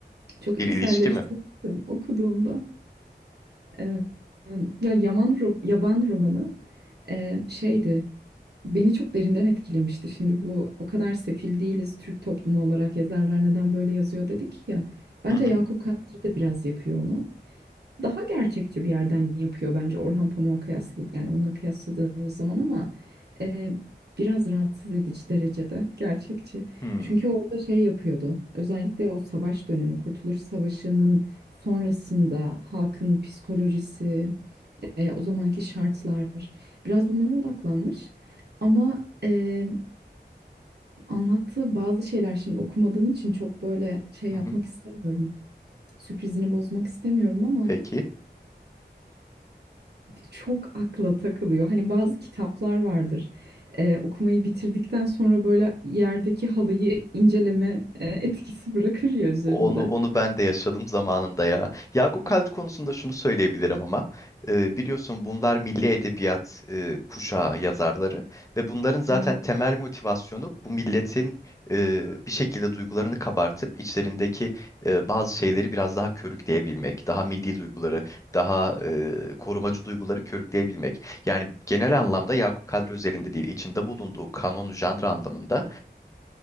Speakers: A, on the left; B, on the right.
A: <laughs>
B: Çok
A: bir
B: içselleştirmiştim
A: ilişki mi?
B: okuduğumda. Ee, ya Yaman Ro- Yaban romanı e, şeydi. Beni çok derinden etkilemişti. Şimdi bu o kadar sefil değiliz Türk toplumu olarak yazarlar neden böyle yazıyor dedik ya. Bence
A: Hı hı.
B: Yakup Kadri de biraz yapıyor onu. daha gerçekçi bir yerden yapıyor bence Orhan Pamuk'a kıyaslı yani onunla kıyasladığımız zaman ama e, biraz rahatsız edici derecede gerçekçi.
A: Hmm,
B: Çünkü orada şey yapıyordu. Özellikle o savaş dönemi, Kurtuluş Savaşı'nın sonrasında halkın psikolojisi, e, o zamanki şartlar biraz bunlara odaklanmış. Ama e, anlattığı bazı şeyler şimdi okumadığın için çok böyle şey
A: hı
B: yapmak
A: hı.
B: istemiyorum. Sürprizini bozmak istemiyorum ama
A: Peki.
B: çok akla takılıyor. Hani bazı kitaplar vardır. Ee, okumayı bitirdikten sonra böyle yerdeki halıyı inceleme e, etkisi bırakır ya üzerinde.
A: Onu onu ben de yaşadım zamanında ya. Yakup Kadri konusunda şunu söyleyebilirim ama e, biliyorsun bunlar milli edebiyat e, kuşağı yazarları ve bunların zaten
B: Evet,
A: temel motivasyonu bu milletin e, bir şekilde duygularını kabartıp içlerindeki e, bazı şeyleri biraz daha körükleyebilmek, daha milli duyguları, daha e, korumacı duyguları körükleyebilmek. Yani genel anlamda Yakup Kadri özelinde değil, içinde bulunduğu kanon, janr anlamında